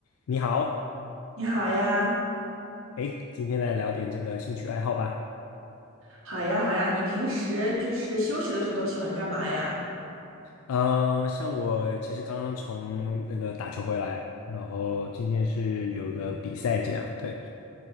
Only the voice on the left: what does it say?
你好，
哎，今天来聊点这个兴趣爱好吧。
嗯、像我其实刚刚从那个打球回来，然后今天是有个比赛这样，对。